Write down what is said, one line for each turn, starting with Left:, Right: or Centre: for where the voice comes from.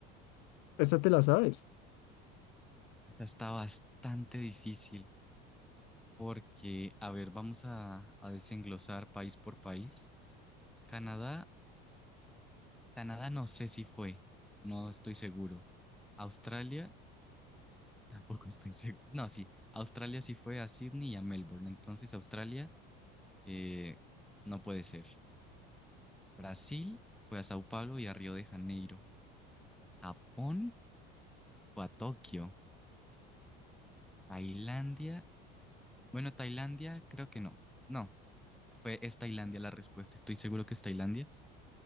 Left: Esta te la sabes.
Centre: Esa está bastante difícil porque, a ver, vamos a, a desenglosar país por país. Canadá, Canadá no sé si fue, no estoy seguro. Australia, <laughs> tampoco estoy seguro. No, sí, Australia sí fue a Sydney y a Melbourne, entonces Australia eh, no puede ser. Brasil fue a Sao Paulo y a Río de Janeiro. Japón fue a Tokio. Tailandia Bueno, Tailandia, creo que no. No, fue es Tailandia la respuesta. Estoy seguro que es Tailandia,